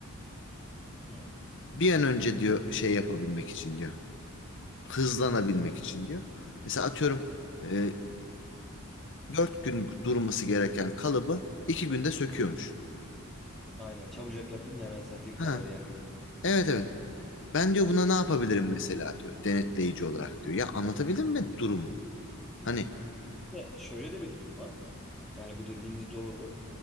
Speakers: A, in the centre; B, on the left.
A: Hmm.
B: Bir an önce diyor şey yapabilmek için diyor. Hızlanabilmek için diyor. Mesela atıyorum e, 4 gün durması gereken kalıbı 2 günde söküyormuş.
A: Aynen çabucak yapayım da hemen satayım
B: Ha,
A: para değerini.
B: evet evet. Ben diyor buna ne yapabilirim mesela diyor denetleyici olarak diyor. Ya anlatabildim mi durumu? Hani
A: Ve şöyle de bir durum var. Yani bu dediğiniz doğru.